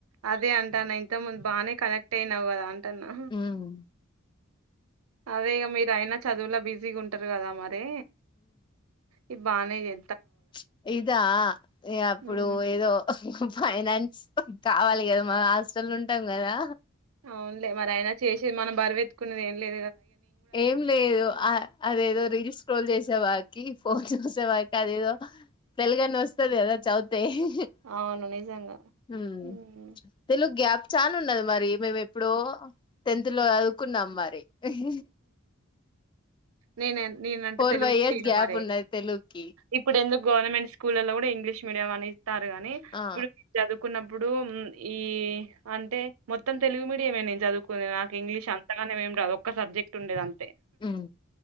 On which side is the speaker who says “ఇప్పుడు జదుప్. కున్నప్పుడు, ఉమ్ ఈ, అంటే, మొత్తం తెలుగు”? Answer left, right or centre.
Right